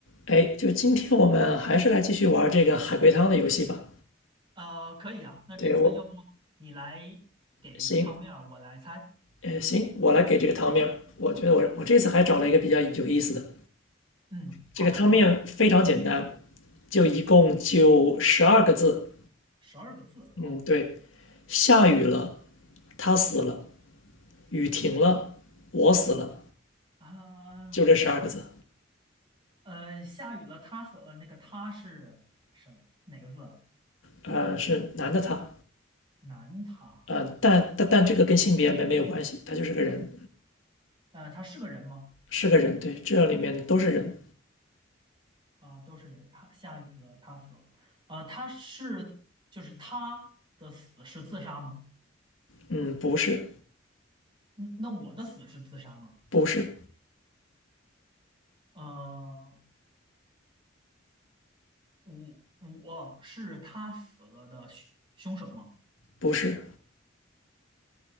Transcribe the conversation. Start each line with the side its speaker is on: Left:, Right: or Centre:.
Left: 哎，就今天我们还是来继续玩这个海龟汤的游戏吧。
Right: 呃，可以啊。那这次要不你来
Left: 对，我，
Right: 给汤面儿，
Left: 行，
Right: 我来猜。
Left: 呃，行，我来给这个汤面我觉得我我这次还找了一个比较有意思的，
Right: 嗯，
Left: 这个汤面非常简单，
Right: 好的，
Left: 就一共就十二个字。
Right: 十二个字。好
Left: 嗯，对，下雨了，他死了；雨停了，我死了，
Right: 啊，
Left: 就这十二个字。
Right: 呃，下雨了，他死了。那个他是什哪个字？
Left: 呃，是男的他，
Right: 男他。
Left: 呃，但但但这个跟性别没没有关系，他就是个人，
Right: 呃，他是个人吗？
Left: 是个人。对，这里面都是人。
Right: 啊，都是人。他下雨了，他死了。啊，他是就是他的死是自杀吗？
Left: 嗯，不是，
Right: 嗯那我的死是自杀吗？
Left: 不是。
Right: 呃，我我是他死了的凶凶手吗？
Left: 不是，